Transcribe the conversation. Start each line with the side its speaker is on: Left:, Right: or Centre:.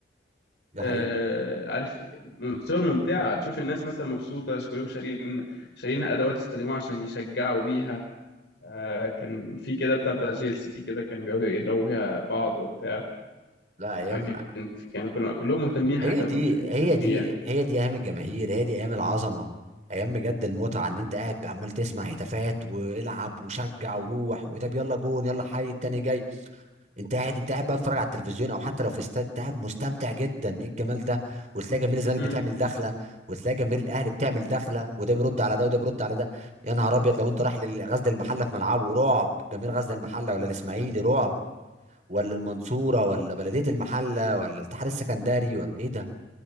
Right: ده
Left: آه،
Right: حقيقه
Left: عارف م- صور ممتعة تشوف الناس مثلا مبسوطة كلهم شارين شارين أدوات يستخدموها عشان يشجعوا بيها آه، كان في كده بتاع بتاع جي ال سي كده كانوا بيقعدوا يضربوا بيها بعض وبتاع
Right: لا ايام
Left: فكان كانوا كانوا كلهم مهتمين حتى
Right: هي دي
Left: بفكرة التشجيع
Right: هي دي هي دي ايام الجماهير هي دي ايام العظمه ايام بجد المتعه ان انت قاعد عمال تسمع هتافات والعب وشجع وروح وطب يلا جون يلا حي التاني جاي انت قاعد انت قاعد بقى بتتفرج على التلفزيون او حتى لو في استاد انت قاعد مستمتع جدا ايه الجمال ده وتلاقي جماهير الزمالك
Left: امم
Right: بتعمل دخله وتلاقي جماهير الاهلي بتعمل دخله وده بيرد على ده وده بيرد على ده يا نهار ابيض لو انت رايح لغزل المحله في ملعبه رعب جماهير غزل المحله ولا الاسماعيلي رعب ولا المنصوره ولا بلديه المحله ولا الاتحاد السكندري ولا ايه ده